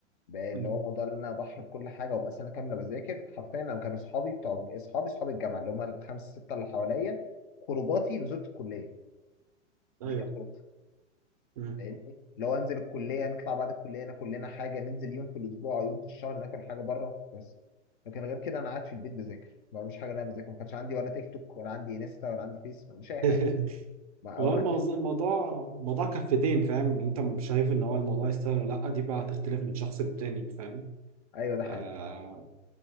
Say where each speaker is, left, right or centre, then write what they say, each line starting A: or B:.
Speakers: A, on the left; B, on the right.
A: بقى اللي
B: مم.
A: هو موضوع ان انا اضحي بكل حاجه وابقى سنه كامله بذاكر حرفيا انا كانوا اصحابي بتوع اصحابي اصحاب الجامعه اللي هم الخمسه سته اللي حواليا خروجاتي نزلت الكليه
B: ايوه
A: دي كانت خروجتي
B: مم.
A: فاهمني اللي هو انزل الكليه نطلع بعد الكليه ناكل لنا حاجه ننزل يوم في الاسبوع او يوم في الشهر ناكل حاجه بره بس لكن غير كده انا قاعد في البيت بذاكر ما بعملش حاجه إن انا بذاكر ما كانش عندي ولا تيك توك ولا عندي انستا ولا عندي فيس ما عنديش اي
B: <laughs>
A: حاجه ما
B: هو
A: او ما
B: الموضوع
A: عنديش
B: الموضوع الموضوع كفتين فاهم انت مش شايف ان هو الموضوع يستاهل ولا لا دي بقى هتختلف من شخص للتاني فاهم
A: ايوه ده حقيقي
B: آه